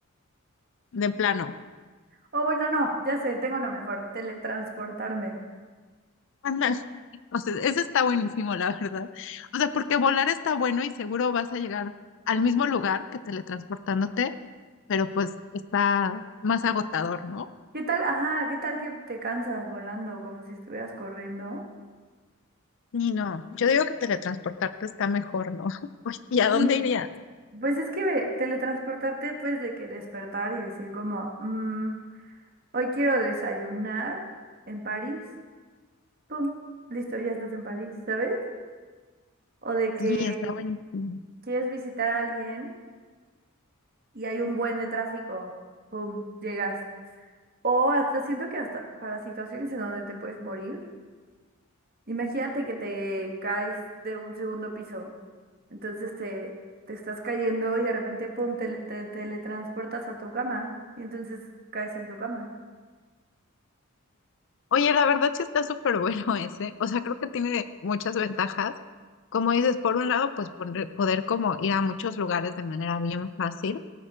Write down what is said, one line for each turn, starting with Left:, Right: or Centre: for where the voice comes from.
Left: de plano?
Right: O bueno, no, ya sé, tengo uno mejor, teletransportarme.
Left: Ándale. O sea, ese está buenísimo, la verdad. O sea, porque volar está bueno y seguro vas a llegar al mismo lugar que teletransportándote, pero pues está más agotador, ¿no?
Right: ¿Qué tal? Ajá, ¿qué tal que te cansas volando como si estuvieras corriendo?
Left: Y no, yo digo que teletransportarte está mejor, ¿no? <laughs> Oye, ¿y a
Right: Sí.
Left: dónde irías?
Right: Pues es que ve, teletransportarte, pues de que despertar y decir como, "Mm, hoy quiero desayunar en París. Pum, listo, ya estás en París, ¿sabes? O de
Left: Sí,
Right: que
Left: está buenísimo.
Right: quieres visitar a alguien y hay un buen de tráfico, ¡pum!, llegas. O hasta siento que hasta para situaciones en donde te puedes morir, imagínate que te caes de un segundo piso, entonces te, te estás cayendo y de repente, ¡pum!, te, le- te teletransportas a tu cama y entonces caes en tu cama.
Left: Oye, la verdad sí está súper bueno <laughs> ese. O sea, creo que tiene muchas ventajas. Como dices, por un lado, pues poner- poder como ir a muchos lugares de manera bien fácil.